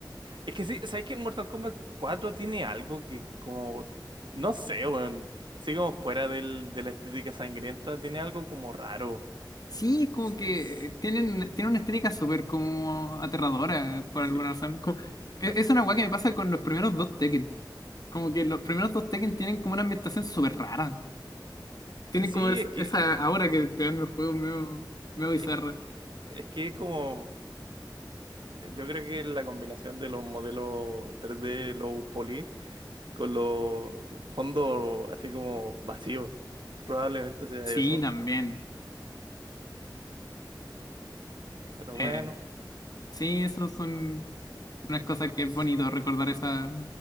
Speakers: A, on the right; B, on the left.
A: Es que sí, ¿sabes que en Mortal Kombat cuatro tiene algo que como, no sé, weón, así como fuera del, de la estética sangrienta, tiene algo como raro.
B: Sí,
A: Sí,
B: es como
A: sí,
B: que
A: sí.
B: tienen, tienen una estética súper como aterradora
A: Mm,
B: por
A: sí.
B: alguna razón. Como-
A: No,
B: e- es una weá que me pasa con los primeros dos Tekken. Como que los primeros dos Tekken tienen como una ambientación súper rara.
A: es
B: Tienen
A: que sí,
B: como es-
A: es que,
B: esa aura que te dan los juegos medio, medio bizarra.
A: es que, es que es como, yo creo que la combinación de los modelos tres d low poly, con los fondos así como vacíos. Probablemente sea
B: Sí,
A: eso.
B: también.
A: Pero bueno,
B: Eh, sí, eso son unas cosas que es
A: s-
B: bonito recordar esa,